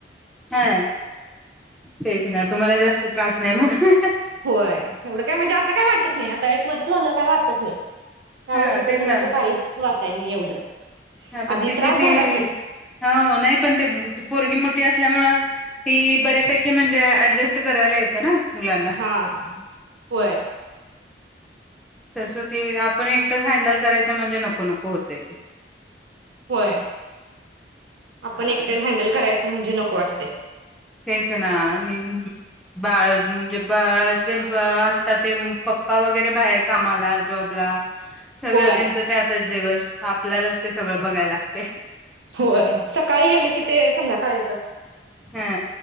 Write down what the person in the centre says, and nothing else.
हा तेच ना तुम्हाला जास्त त्रास नाही मग. ह ह.
हा
तेच
ना
हा पण
तिजी
ती
हो नाही पण ते पोरगी मोठी असल्यामुळं ती बऱ्यापैकी म्हणजे ऍडजस्ट करायला येत ना. मुलांना
तसं ते आपण एकटंच हँडल करायचं म्हणजे नको नको होतय ते
काय
तेच ना आणि बाळ म्हणजे बाळ जे असतात ते पप्पा वगैरे बाहेर कामाला जॉबला सगळं
त्यांच त्यातच दिवस आपल्यालाच ते सगळं बघाय लागतय.
हा